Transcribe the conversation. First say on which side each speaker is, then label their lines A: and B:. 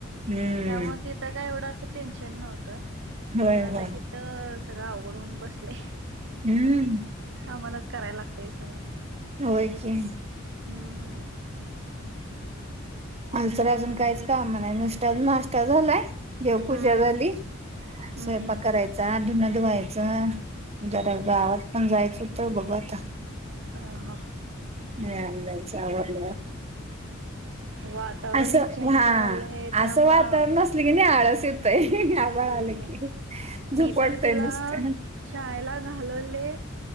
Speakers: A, on the right; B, on the right.
A: हम्म.
B: त्यामुळे तिथं काय एवढं असं टेन्शन नव्हतं.
A: होय
B: खरात
A: होय
B: हे तर सगळं अवघडून बसलेय.
A: हम्म
B: आम्हालाच करायला लागतय सगळं.
A: होय क.
B: हम्म
A: अ तरर अजून काहीच काम नाही नुसता नाश्ता झालाय. देव पूजा
B: हम्म
A: झाली
B: हम्म
A: स्वयंपाक
B: हम्म
A: करायचा धुन धुवायच. जरा गावात पण जायचं तर बघ आता
B: आ ह.
A: हम चवला.
B: वातावरण
A: असं
B: एक चेंज
A: हा
B: व्हालय त्यामुळं
A: असं वाात नस. ंग आळस येतय. लागे
B: लय मी
A: ज पडतय
B: तर तिला
A: नुसत.
B: शाळेला घालवले